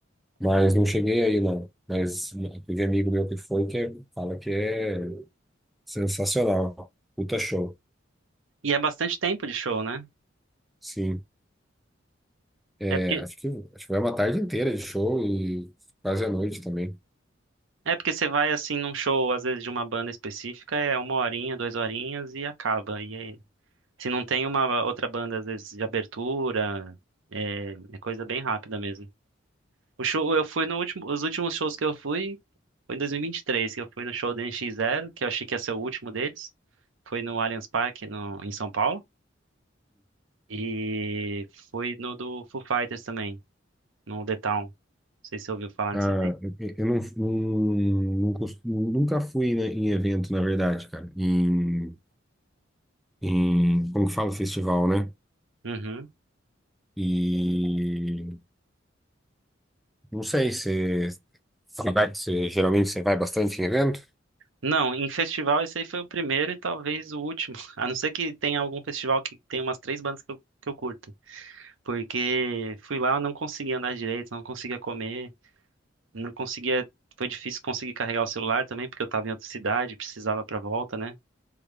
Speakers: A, in the centre; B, on the right (about 85°).
A: mas não cheguei aí, não. Mas teve amigo meu que foi que é- fala que é sensacional. Puta show.
B: E é bastante tempo de show, né?
A: Sim. É,
B: É porque
A: acho que, acho que foi uma tarde inteira de show e quase a noite também.
B: É porque você vai assim num show, às vezes de uma banda específica, é uma horinha, duas horinhas e acaba. E aí, se não tem uma outra banda, às vezes de abertura, é, é coisa bem rápida mesmo. O show, eu fui no último, os últimos shows que eu fui foi em dois mil e e vinte e três que eu fui no show do NX Zero, que eu achei que ia ser o último deles. Foi no Allianz Parque, no, em São Paulo. E fui no do Foo Fighters também, no The Town. Não sei se você ouviu falar
A: Ah,
B: nesse evento.
A: eu não, não, não costumo- nunca fui né, em evento, na verdade, cara. Em, em, como que fala, festival, né?
B: Uhum.
A: E não sei se você vai, você- geralmente você vai bastante em evento?
B: Não, em festival esse aí foi o primeiro e talvez o último. <laughs> A não ser que tenha algum festival que tenha umas três bandas que eu, que eu curto. Porque fui lá, eu não conseguia andar direito, não conseguia comer, não conseguia. Foi difícil conseguir carregar o celular também, porque eu tava em outra cidade, precisava pra volta, né?